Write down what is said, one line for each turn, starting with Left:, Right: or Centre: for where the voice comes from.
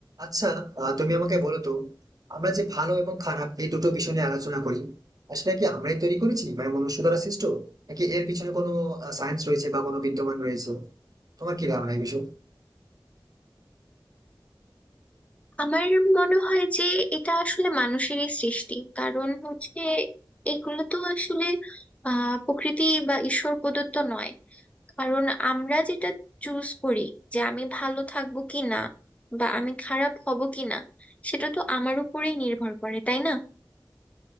Right: আচ্ছা আহ, তুমি আমাকে বলো তো আমরা যে ভালো এবং খারাপ এই দুটো বিষয় নিয়ে আলোচনা করি আসলে কি আমরাই তৈরি করেছি মানে মনুষ্য দ্বারা সৃষ্ট নাকি এর পিছনে কোনো সায়েন্স রয়েছে বা কোনো বিদ্যমান রয়েছে তোমার কি ধারণা এই বিষয়ে
Left: আমার মনে হয় যে এটা আসলে মানুষেরই সৃষ্টি কারণ হচ্ছে এগুলো তো আসলে আহ প্রকৃতি বা ঈশ্বর প্রদত্ত নয় কারণ আমরা যেটা চুজ করি যে আমি ভালো থাকবো কি না বা আমি খারাপ হব কি না সেটা তো আমার উপরেই নির্ভর করে তাই না